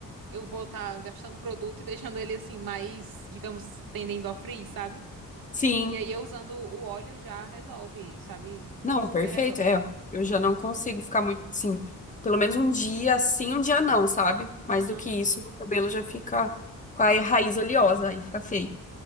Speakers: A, on the right; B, on the left.
A: eu vou estar gastando produto e <laughs> deixando ele assim mais, digamos, tendendo ao frizz, sabe?
B: Sim.
A: E aí eu usando o óleo já resolve, sabe?
B: Não,
A: Super
B: perfeito,
A: resolve.
B: é. Eu já não consigo ficar muito, sim. Pelo menos um dia sim, um dia não, sabe? Mais
A: Aham,
B: do que isso, meu cabelo já fica com a raiz oleosa e fica feio.